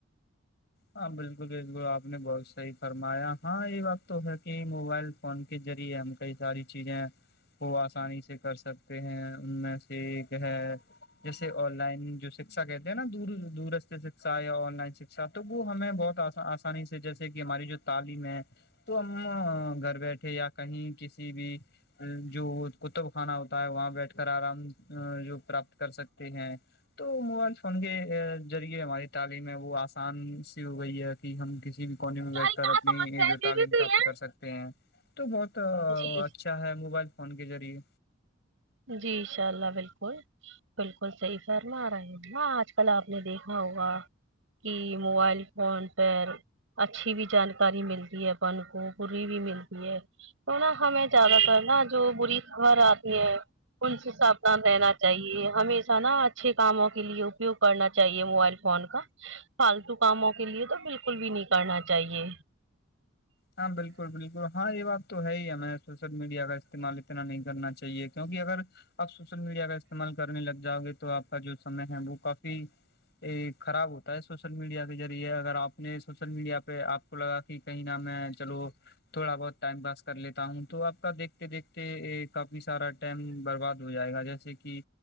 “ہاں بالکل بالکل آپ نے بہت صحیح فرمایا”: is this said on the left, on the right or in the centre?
Left